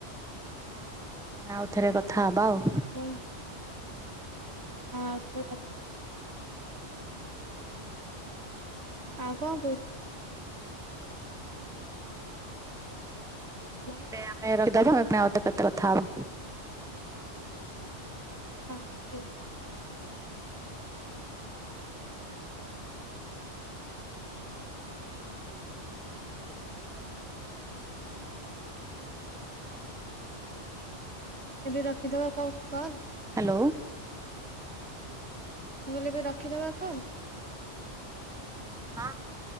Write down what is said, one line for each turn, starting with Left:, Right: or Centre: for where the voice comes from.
Centre: ଆମେ ଆଉ ଥରେ କଥା ହବା ଆଉ।
Right: ହାଲୋ ହଁ ଆଉ ଥରେ କଥା ହବା ଆଉ। ଆଉ କଣ କହୁଚ? ହାଲୋ।
Centre: ଏ ଆମେ ଏବେ ରଖ ଦବା ପୁଣି ଆଉଥରେ କେତେବେଳେ କଥା ହବ।
Right: ହଁ ହଁ ଠିକ୍ ଅଛି। ଏବେ ରଖିଦବା କ କଲ।
Centre: ହାଲୋ।
Right: ମୁଁ କହିଲି ଏବେ ରଖିଦବା ଫୋନ୍?
Centre: ହଁ ହଁ।